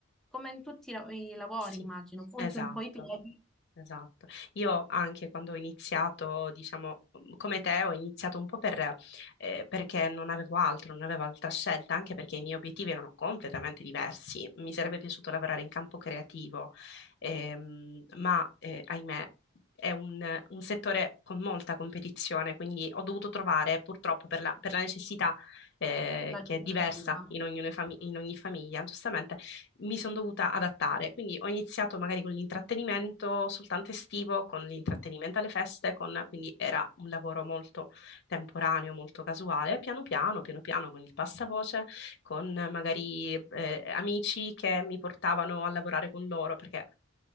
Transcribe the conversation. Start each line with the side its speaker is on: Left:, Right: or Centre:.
Centre: come in tutti i la- i lavori,
Left: sì,
Centre: immagino, punti
Left: esatto.
Centre: un po' i piedi,
Left: Esatto. Io anche quando ho iniziato, diciamo, mhmm, come te, ho iniziato un po' per, eh, perché non avevo altro, non avevo altra scelta, anche perché i miei obiettivi erano completamente diversi. Mi sarebbe piaciuto lavorare in campo creativo, ehm, ma eh, ahimè è un, un settore con molta competizione, quindi ho dovuto trovare, purtroppo, per la, per la necessità, eh,
Centre: l'alternativa.
Left: che è diversa in ognuno fami- in ogni famiglia, giustamente mi sono dovuta adattare. Quindi ho iniziato magari con l'intrattenimento soltanto estivo, con l'intrattenimento alle feste, con- quindi era un lavoro molto temporaneo, molto casuale. Piano piano, piano piano, con il passavoce, con eh, magari eh, amici che mi portavano a lavorare con loro, perché